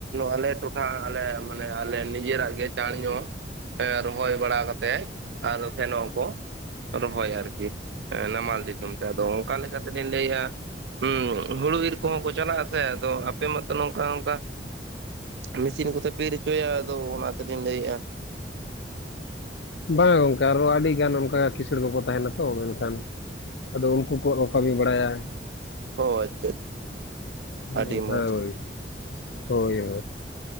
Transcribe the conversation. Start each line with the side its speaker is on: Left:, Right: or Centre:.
Right: ᱟᱞᱮ ᱴᱚᱴᱷᱟ ᱟᱞᱮ ᱢᱟᱱᱮ ᱟᱞᱮ ᱱᱤᱡᱮᱨᱟᱜ ᱜᱮ ᱪᱟᱸᱲ ᱧᱚᱜᱼᱼ <unintelligible> ᱨᱚᱦᱚᱭ ᱵᱟᱲᱟ ᱠᱟᱛᱮᱜ ᱟᱨ ᱥᱮᱱᱚᱜ ᱟᱠᱚ ᱨᱚᱦᱚᱭ ᱟᱨᱠᱤ ᱱᱟᱢᱟᱞ ᱫᱤᱥᱚᱢ ᱾ ᱟᱫᱚ ᱚᱱᱠᱟ ᱞᱮᱠᱟᱛᱮ ᱞᱤᱧ ᱞᱟᱹᱭᱮᱫᱼᱟᱼᱼ ᱦᱩᱸ ᱦᱩᱲᱩ ᱤᱨ ᱠᱚᱦᱚᱸ ᱠᱚ ᱪᱟᱞᱟᱜ ᱟᱥᱮ ᱟᱫᱚ ᱟᱯᱮ ᱢᱟᱛᱚ ᱱᱚᱝᱠᱟ ᱱᱚᱝᱠᱟᱼᱼ ᱢᱮᱥᱤᱱ ᱠᱚᱛᱮ ᱯᱤᱨ ᱦᱚᱪᱚᱭᱟ ᱟᱫᱚ ᱚᱱᱟ ᱛᱮᱞᱤᱧ ᱞᱟᱹᱭᱮᱫᱼᱟ ᱾
Left: ᱵᱟᱝᱟ ᱜᱚᱝᱠᱮ ᱟᱨᱦᱚ ᱟᱹᱰᱤᱜᱟᱱ ᱚᱱᱠᱟ ᱠᱤᱥᱟᱹᱬ ᱠᱚᱠᱚ ᱛᱟᱦᱮᱱᱟ ᱛᱚ ᱢᱮᱱᱠᱷᱟᱱᱼᱼ ᱟᱫᱚ ᱩᱱᱠᱩ ᱠᱚᱣᱟᱜ ᱠᱚ ᱠᱟᱹᱢᱤ ᱵᱟᱲᱟᱭᱟ ᱾
Right: ᱚ ᱟᱪᱪᱷᱟ ᱟᱪᱪᱷᱟ
Left: <unintelligible>
Right: ᱟᱹᱰᱤ
Left: ᱦᱳᱭ
Right: ᱢᱚᱸᱡᱽ
Left: ᱦᱳᱭ ᱾